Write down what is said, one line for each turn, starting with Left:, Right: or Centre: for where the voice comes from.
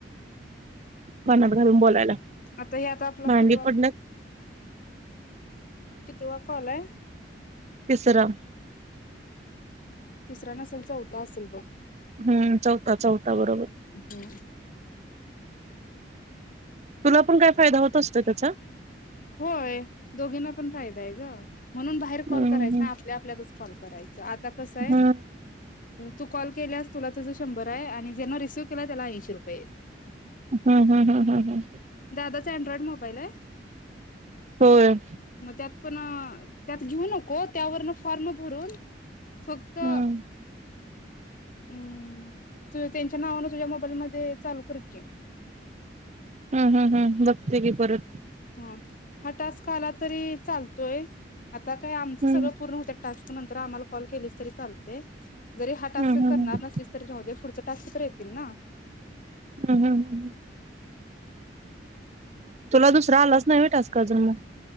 Right: कानात घालून बोलायला
Left: आता हे आता आपला
Right: भांडी
Left: कितवा
Right: पडलत.
Left: कितवा कॉल हाय.
Right: तिसरां
Left: तिसरा नसल चौथा असल बघ
Right: हूं चौथा चौथा बरोबर
Left: हो!
Right: तुला पण काय फायदा होत असतो त्याचा.
Left: होय दोघींना पण फायदा आहे ग म्हणून बाहेर कॉल
Right: हम्म
Left: करायचा नाय आपल्या आपल्यातच कॉल कराय आता कसं आहे?
Right: हम्म
Left: तू कॉल केल्यास तुला त्याचा शंभर आहे, आणि ज्यांना रिसिव्ह केला त्याला ऐंशी रुपये हेत.
Right: हूं हूं हूं हूं!
Left: दादाचा अँड्रॉइड मोबाईल आहे?
Right: होय.
Left: मग त्यात पण त्यात घेऊ नको त्यावरन फॉर्म भरून फक्त
Right: हम्म
Left: अ हम्म तू त्यांच्या नावानं तुझ्या मोबाईल मध्ये चालू कर की
Right: हूं हूं हूं बघते की परत
Left: हा हा टास्क आला तरी चालतोय. आता काय आमचं
Right: हम्म
Left: सगळं पूर्ण होतय. टास्क नंतर आम्हाला कॉल केलीस तरी चालतय जरी हा टास्क
Right: हम्म हम्म
Left: करणार नसलीस तरी राहूदे पुढचे टास्क तर येतील ना
Right: हम्म हम्म हम्म तुला दुसरां आलाच नाय व्हय टास्क अजून म